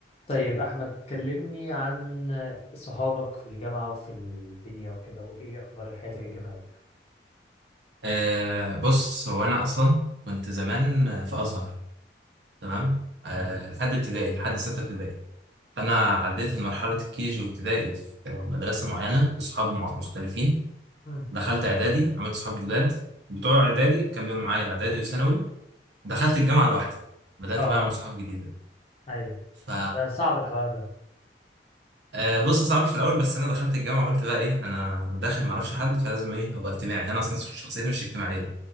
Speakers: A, on the left; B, on the right.
A: طيب أحمد كلمني عن صحابك في الجامعة وفي الدنيا وكده وإيه أخبار حياتك الجامعية
B: أه بص هو أنا أصلا كنت زمان في أزهر تمام أه
A: تمام
B: لحد ابتدائي لحد ستة ابتدائي فأنا عديت مرحلة الكيجي وابتدائي في مدرسة معينة بصحاب مع- مختلفين
A: مم.
B: دخلت إعدادي عملت صحاب جداد بتوع إعدادي كملوا معايا إعدادي وثانوي دخلت الجامعة لوحدي بدأت
A: آه
B: بقى أعمل صحاب جديدة
A: أيوة
B: ف
A: آه، صعب الحوار ده
B: أه بص صعب في الأول بس أنا دخلت الجامعة قلت بقى إيه أنا داخل معرفش حد فلازم إيه أبقى اجتماعي أنا أصلا شخصيتي مش اجتماعية